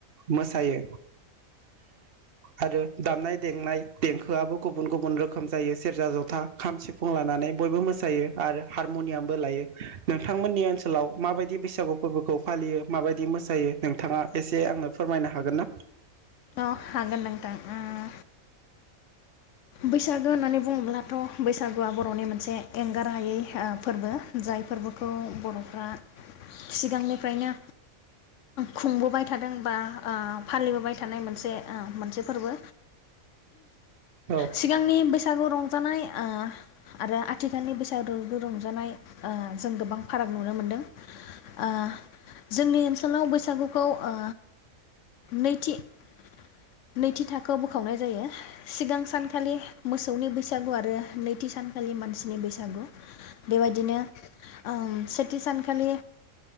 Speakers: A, on the right; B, on the left.
A: मोसायो आरो दामनाय देनाय देंखोआबो। गुबुन गुबुन रोखोम जायो सेरजा जथा खाम सिफुं लानानै बयबो मोसायो आरो हारमनियामबो लायो नोंथांमोननि ओनसोलाव माबायदि बैसागु फोरबोखौ फालियो माबायदि मोसायो नोंथाङा एसे आंनो फोरमायनो हागोन ना।
B: औ हागोन नोंथां उम। बैसागो होननानै बुङोब्ला। दाथ बैसागुआ बरनि मोनसे एंगार हायै ओ फोरबो जाय फोरबोखौ बर'फ्रा। सिगांनिफ्रायनो खुंबोबाय थादों बा ओ फालिबोबाय थादों। थानाय मोनसे ओ मोनसे फोरबो।
A: औ
B: सिगांनि बैसागु रंजानाय। ओ आरो आथिखालनि बैसागुु रंजानाय ओ जों गोबां फाराग नुनो मोनदों ओ जोंनि ओनसोलाव बैसागुखौ ओ नैथि। नैथि थाखोआव बोखावनाय जायो सिगां सानखालि मोसौनि बैसागु आरो नैथि सानखालि मानसिनि बैसागु। बेबायदिनो। ओम सेथि सानखालि।